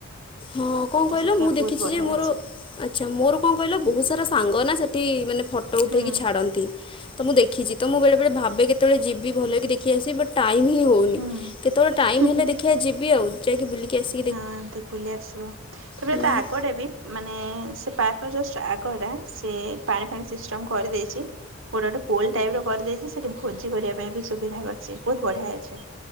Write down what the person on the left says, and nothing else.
ହଁ କଣ
କହିଲ
ମୁଁ
ଦେଖିଛି
ଯେ ମୋର
ଆଚ୍ଛା ମୋର କଣ କହିଲ ବହୁତ ସାରା ସାଙ୍ଗ ନା ସେଠି ମାନେ ଫଟୋ ଉଠେଇକି
ଛାଡନ୍ତି। ତ ମୁଁ ଦେଖିଛି। ତ ମୁଁ ବେଳେ ବେଳେ ଭାବେ କେତେବେଳେ ଯିବି ଭଲ କି ଦେଖି ଆସିବି ବଟ ଟାଇମ୍ ହିଁ ହେଉନି।
କେତେବେଳେ ଟାଇମ୍
ହେଲେ
ଦେଖିବା ଯିବି ଆଉ ଯାଇକି ବୁଲିକି ଆସିବି।
ହୁଁ।